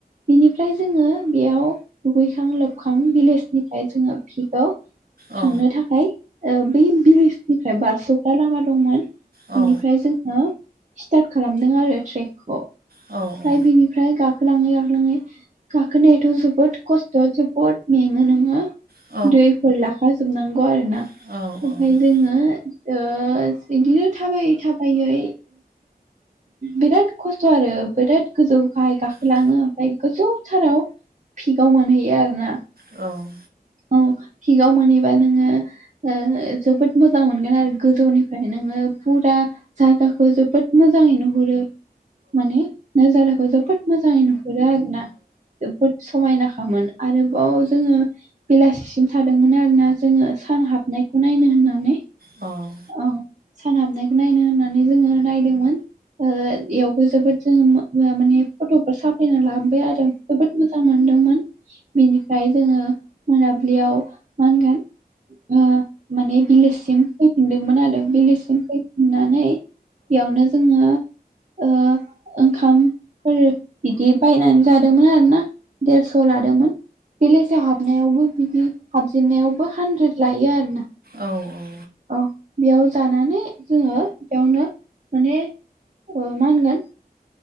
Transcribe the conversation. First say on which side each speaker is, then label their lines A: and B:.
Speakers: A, on the right; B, on the right.
A: इनिफ्राय जोङो बेआव दुगैखां लोबखां भिलेजनिफ्राय जोङो पिकाव
B: औ
A: थांनो थाखाय ओ बै भिलेजनिफ्राय बारस'ग्रा लामा दंमोन
B: औ
A: इनिफ्राय जोङो स्टार्ट खालामदों आरो ट्रेकखौ
B: औ औ
A: बिनि
B: औ
A: बिनिफ्राय आमफ्राय गाखोलाङै गाखोलाङै गाखोनायाथ' जोबोद खस्थ' जोबोद मेङो नोङो
B: औ
A: दैफोर लाखा जोबनांगौ आरोना
B: औ
A: आमफफ्राय जोङो ओ इदिनो थाबायै थाबायै बिराद खस्थ' आरो बिराद गोजौ गाहाय गाखोलाङो
B: औ
A: आमफ्राय गोजौथाराव पिकाव मोनहैयो आरो ना
B: औ
A: औ पिकाव मोनहैबा नोङो ओ जोबोद मोजां मोनगोन आरो गोजौनिफ्राय नोङो फुरा जायगाखौ जोबोद मोजाङै नुहोरो माने नाजाराखौ जोबोद मोजाङै नुहुरो आरो ना बुहुद समायनाखामोन आरोबाव जोङो बेलासिसिम थादोंमोन आरो ना जोङो सान हाबनायखौ नायनो होननानै
B: औ
A: औ सान हाबनायखौ नायनो होननानै जोङो नायदोंमोन ओ इआवबो जोबोद जोङो ओ माने फट'फोर साफायना लाबोबाय आरो जोबोद मोजां मोनदोंमोन बेनिफाय जोङो मोनाब्लिआव मा होनगोन ओ माने बिलोससिम फैफिनदोंमोन आरो बिलोससिम फैफिननानै बेआवनो जोङो ओ ओंखाम फोर बिदि बायनानै जादोंमोन आरो ना। देरस' लादोंमोन। भिलेजाव हाबनायावबो बिदि हाबजेननायावबो हान्द्रेद लायो आरो ना।
B: औ औ
A: औ बेयाव जानानै जोङो बेयावनो माने ओ मा होनगोन